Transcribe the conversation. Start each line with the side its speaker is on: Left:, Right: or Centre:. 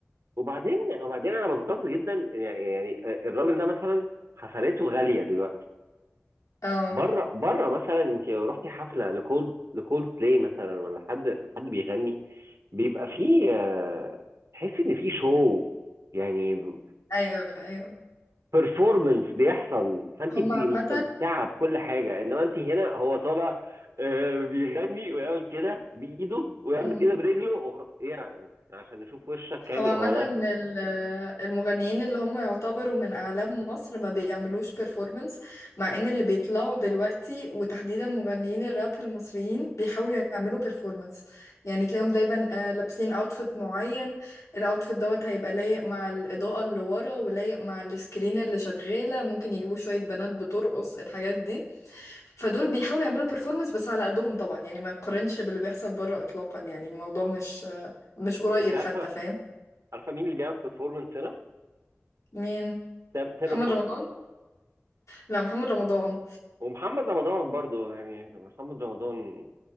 Right: وبعدين وبعدين انا بتقصد جدا يعني الراجل ده مثلا حفلاته غاليه دلوقتي
Left: اه
Right: بره بره مثلا انت لو رحتي حفله لكولد لكولد بلاي مثلا ولا حد حد بيغني بيبقى فيه آه، تحسي ان فيه شو يعني
Left: أيوه أيوه
Right: بيرفورمانس بيحصل فانت
Left: هما
Right: بتبقي
Left: عامة
Right: مستمتعه بكل حاجه انما انت هنا هو طالع آه، بيغني ويعمل كده بايده ويعمل
Left: أيوه
Right: كده برجله وخ... يعني عشان نشوف وشك يعني
Left: هو عامة
Right: هو ده
Left: ال- المغنيين اللي هم يعتبروا من أعلام مصر ما بيعملوش performance مع إن اللي بيطلعوا دلوقتي وتحديدا مغنيين الراب المصريين بيحاولوا يعملوا performance يعني تلاقيهم دايما آه، لابسين outfit معين الاوتفيت دوت هيبقى لايق مع الإضاءة اللي ورا ولايق مع السكرين اللي شغالة ممكن يجيبوا شوية بنات بترقص الحاجات دي فدول بيحاولوا يعملوا performance بس على قدهم طبعا يعني ما يقارنش باللي بيحصل بره إطلاقا يعني الموضوع مش آه، مش قريب
Right: انت عارفه
Left: حتى فاهم
Right: عارفه مين اللي بيعمل بيرفورمانس هنا
Left: مين
Right: تام- تامر
Left: محمد
Right: حسني
Left: رمضان لا محمد رمضان
Right: ومحمد رمضان برضو يعني محمد رمضان